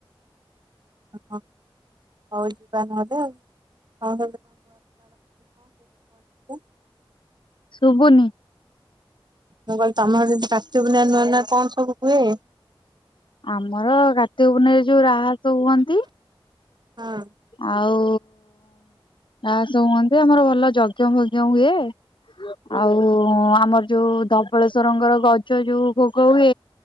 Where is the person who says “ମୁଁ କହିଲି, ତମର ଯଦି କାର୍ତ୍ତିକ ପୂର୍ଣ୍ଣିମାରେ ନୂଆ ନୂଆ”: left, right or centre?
Right